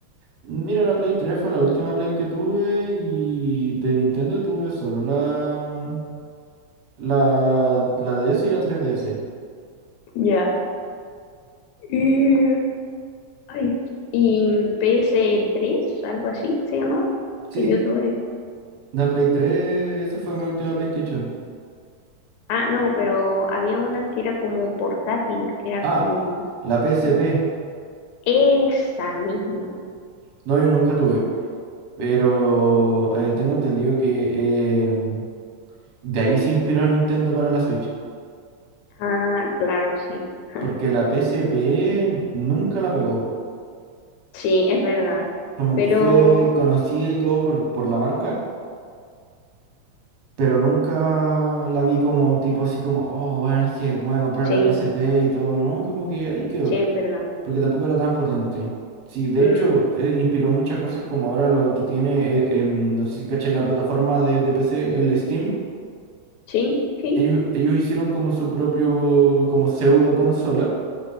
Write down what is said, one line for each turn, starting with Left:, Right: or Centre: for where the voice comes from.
Right: Mira, la Play tres fue la última Play que tuve y de Nintendo tuve solo la, la, la DS y la 3DS.
Left: Ya. Y, ay, y ps tres algo así se llamaba,
Right: Sí,
Left: que yo tuve.
Right: la Play tres esa fue mi última PlayStation.
Left: Ah, no, pero había una que era como portátil, que era
Right: Ah,
Left: como
Right: la PSP.
Left: esa misma.
Right: No, yo nunca tuve. Pero eh, tengo entendido que em, de ahí se inspiró Nintendo para la Switch.
Left: Ah, claro, sí. <laughs>
Right: Porque la PSP nunca la pegó.
Left: Sí, es verdad.
Right: Como
Left: Pero
Right: que fue conocida y todo por, por la marca. Pero nunca la vi como tipo así como, oh, bueno, es que voy a comprar
Left: sí,
Right: la PSP y todo, ¿no? Como que ahí quedó.
Left: sí, es verdad.
Right: Porque tampoco era tan potente. Sí, de
Left: Mm,
Right: hecho, eh, inspiró muchas cosas como ahora lo que tiene, eh, em, no sé si caché la plataforma de, de PC, el Steam.
Left: sí, sí.
Right: Ellos, ellos hicieron como su propio, como pseudo consola,